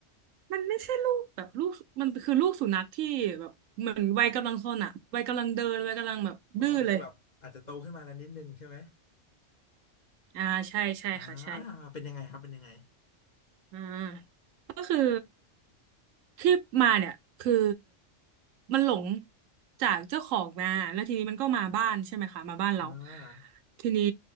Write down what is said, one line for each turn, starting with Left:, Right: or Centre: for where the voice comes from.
Right: มันไม่ใช่ลูกแบบลูกมันคือลูกสุนัขที่แบบเหมือนวัยกำลังซนอ่ะวัยกำลังเดินวัยกำลังแบบดื้อเลย
Left: อ๋อคือแบบอาจจะโตขึ้นมาแล้วนิดนึงใช่ไหม
Right: อ่าใช่ใช่ค่ะใช่
Left: อ่าเป็นยังไงครับเป็นยังไง
Right: อ่าก็คือที่มาเนี่ยคือมันหลงจากเจ้าของมาแล้วทีนี้มันก็มาบ้านใช่ไหมคะมาบ้านเรา
Left: อ่า
Right: ทีนี้